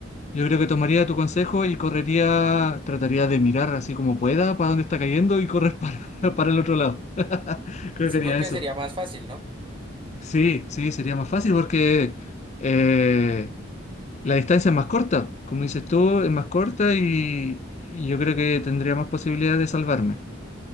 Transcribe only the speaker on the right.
Sí,
porque
sería más fácil, ¿no?